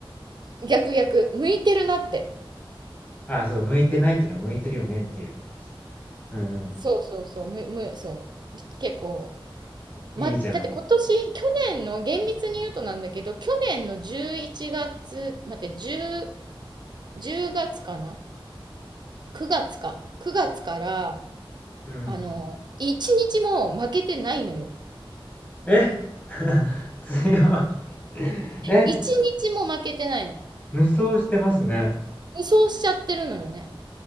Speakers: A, on the right; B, on the left.
A: 逆逆、向いてるなって。
B: あ、そう、向いてないっていうのは向いてるよねっていう。うんうん。
A: そうそうそう、む、む、そう。結構、
B: いいじゃん。
A: ま、だって今年、去年の、厳密に言うとなんだけど、去年の11月、待って、10、10月かな ?9 月か。9月から、
B: うん。
A: あの、1日も負けてないのよ。
B: え <laughs> 強い。え、
A: 1日も負けてないの。
B: 無双してますね。
A: 無双しちゃってるのよね。